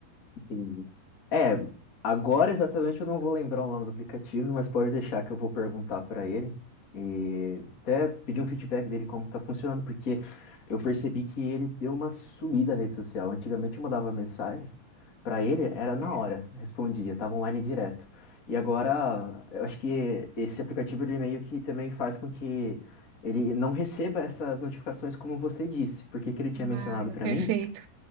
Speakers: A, on the left; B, on the right.
A: Entendi. É, agora exatamente eu não vou lembrar o nome do aplicativo, mas pode deixar que eu vou perguntar para ele e até pedir um feedback dele como tá funcionando, porque eu percebi que ele deu uma sumida na rede social. Antigamente eu mandava mensagem para ele, era na
B: É.
A: hora, respondia, tava online direto. E agora eu acho que esse aplicativo de e-mail que também faz com que ele não receba essas notificações como você disse, porque que ele tinha mencionado
B: Ah, é
A: para
B: perfeito.
A: mim